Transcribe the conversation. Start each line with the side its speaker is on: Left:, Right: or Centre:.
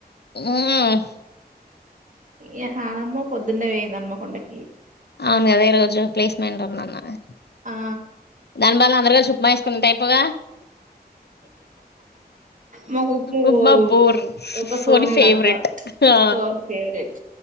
Left: హుహ్
Right: ఈహనమ్మో పొద్దున్నే వేయిందన్మకొండకి
Left: అవును కదా ఈ రోజు క్ల్లెస్మెంట్ ఉందన్నారా
Right: ఆ
Left: దాని భాదల్ అందరు గల్చుప్ మైస్కుంట్ టైపోగా
Right: మాకు
Left: ఉప్మా
Right: పోదు
Left: బోర్
Right: ఒక
Left: సోని ఫేవరెట్
Right: తప్ప
Left: ఆ
Right: సోని ఫేవరెట్